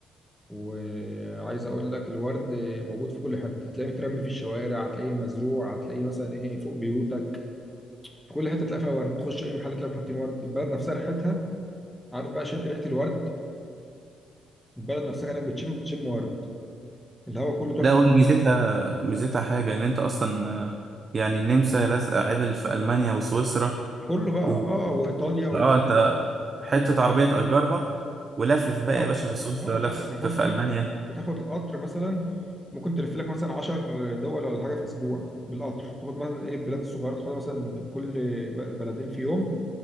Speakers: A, in the centre; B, on the right (about 40°).
A: وعايز اقول لك الورد موجود في كل حته هتلاقيه مترمي في الشوارع هتلاقيه مزروع هتلاقيه مثلا ايه فوق بيوتك في كل حته تلاقي فيها ورد تخش اي محل تلاقي حاطين ورد البلد نفسها ريحتها عارف بقى شيء- ريحه الورد البلد نفسها كانك بتشم بتشم ورد الهواء كله تحفه
B: لا هو ميزتها ميزتها حاجة إن أنت أصلا آه، يعني النمسا لازقة عدل في ألمانيا وسويسرا
A: كله بقى
B: و
A: اه وايطاليا والحتت
B: اه أنت
A: دي كلها.
B: حتة عربية تأجرها ولفلف بقى
A: القطر
B: يا باشا في سويسرا
A: اه
B: لف
A: لا كان حد
B: في
A: قال
B: ألمانيا
A: لي بال- بتاخد القطر مثلا ممكن تلف لك مثلا 10 دول ولا حاجه في اسبوع بالقطر تاخد مثلا ايه البلاد الصغيره تاخدها مثلا كل ب- بلدين في يوم